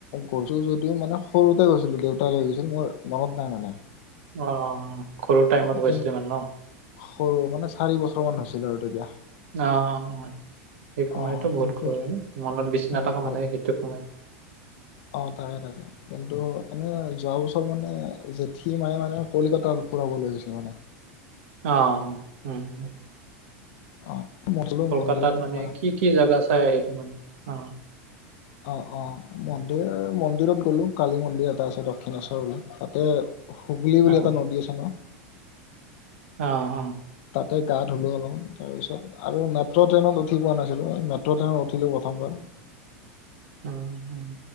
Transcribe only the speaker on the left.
গৈছো যদিও মানে সৰুতে গৈছিলো দেউতাই লৈ গৈছিল মোৰ মনত নাই মানে।
অ কিন
সৰু মানে চাৰি বছৰ মান হৈছিলে আৰু তেতিয়া।
অ
কিন্তু
বহুত
ভাল
অ তাকে তাকে। কিন্তু এনে যোৱা বছৰ মানে জেঠী মায়ে মানে কলিকাত ফুৰাবলৈ গৈছিল মানে।
অ <unintelligible>
মন্দিৰ
বা
অ অ মন্দিৰ মন্দিৰত গলো কালি মন্দিৰ এটা আছে দক্ষিণেশ্বৰলৈ তাতে। হুগলী বুলি
এটা নদী আছে ন,
তাতে গা ধুলো অলপ তাৰিছত আৰু মেট্ৰ' ট্ৰেইনত উঠি পোৱা নাছিলো মেট্ৰ ট্ৰেইনত উ, উথিলো প্ৰথম বাৰ।